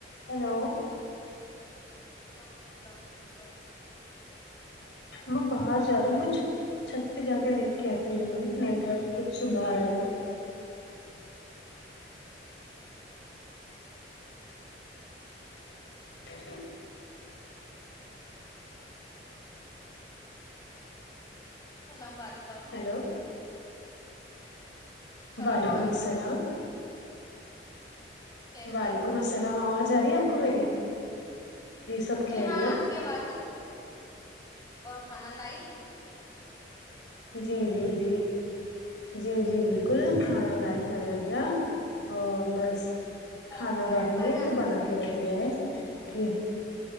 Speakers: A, on the left; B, on the left.
A: hello
B: ہاں جی السلام علیکم
A: میں باہر جا رہی ہ میں چھت پہ جا کے دیکھ کے آتی ہے نیٹورک بھی کچھ سدار ہے تو اچ
B: سلام وعلیکم
A: ہیلو
B: السلام
A: وعلیکم
B: علیکم
A: السلام
B: کیسی
A: وعلیکم
B: ہو
A: السلام آواز آرہی ہے آپ کو میری سب
B: جی
A: خیریت
B: ہاں آپ کی آواز آرہی ہے اور کھانا لائی
A: جی جی جی جی جی بالکل کھانا لائی بنادیا اور بس
B: کیا
A: کھانا
B: کھایا
A: باقی
B: تھا آج
A: ہے
B: آپ
A: تو بنا کے رکھ دیا ہے کی